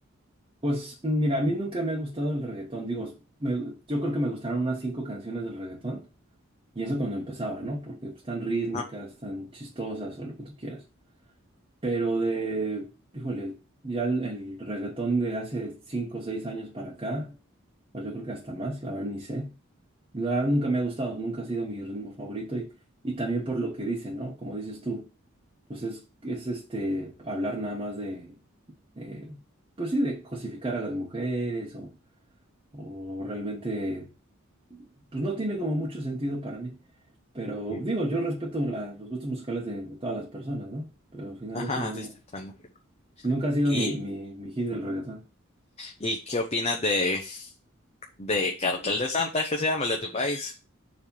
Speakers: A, on the right (about 25°); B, on the left (about 30°).
A: Pues mira, a mí nunca me ha gustado el reggaetón, digo, me- yo creo que me gustaron unas cinco canciones del reggaetón. Y eso cuando empezaba, ¿no? Porque pues, están rítmicas,
B: Ajá,
A: tan chistosas o lo que tú quieras. Pero de, híjole, ya el, el reggaetón de hace 5 o 6 años para acá, pues yo creo que hasta más, la verdad ni sé. La verdad nunca me ha gustado, nunca ha sido mi ritmo favorito y, y también por lo que dice, ¿no? Como dices tú, pues es, es este, hablar nada más de, eh, pues sí, de cosificar a las mujeres o, o realmente, pues no tiene como mucho sentido para mí. Pero
B: Sí.
A: digo, yo respeto la- los gustos musicales de, de todas las personas, ¿no? Pero finalmente
B: ajá,
A: no.
B: sí, está tratando.
A: Nunca ha sido
B: ¿Y,
A: mi, mi, mi hit del reggaetón.
B: y qué opinas de, de Cartel de Santa, es que se llama el de tu país?